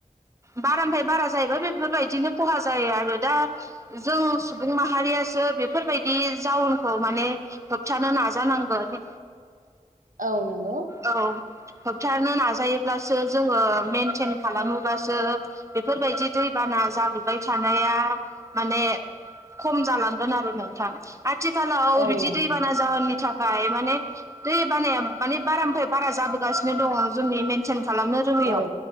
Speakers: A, on the right; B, on the right.
A: बारानिफ्राय बारा जाहैबाय बेफोरबायदिनो खहा जायो आरो दा जों सुबुं माहारियासो बेफोरबायदि जाउनखौ माने होबथानो नाजानांगोन
B: औ नोंगौ
A: औ होबथानो नाजायोब्लासो जोङो मेनटेन खालामोबासो बेफोरबायदि दैबाना जालुबाय थानाया माने खम जालांगोन आरो नोंथां आथिखालाव
B: औ
A: बिदि
B: नोंथां
A: दैबाना जाहोननि थाख माने दै बानाया माने बारानिफ्राय बारा जाबोगासिनो दङ जोंनि मेनटेन खालामनो रोङैयाव
B: औ